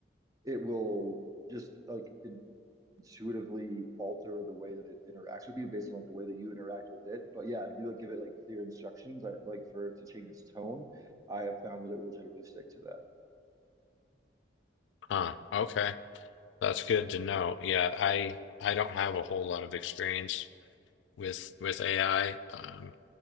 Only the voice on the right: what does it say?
it will just like it intuitively alter the way that it interacts with you based on like the way that you interact with it. But yeah, if you like give it like clear instructions, I, like for it to change its tone, I have found that it will generally stick to that.